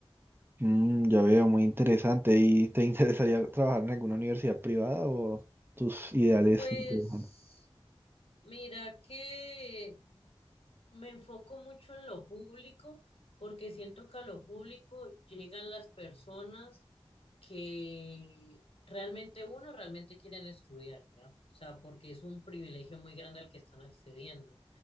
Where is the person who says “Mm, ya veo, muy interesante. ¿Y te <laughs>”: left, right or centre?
Right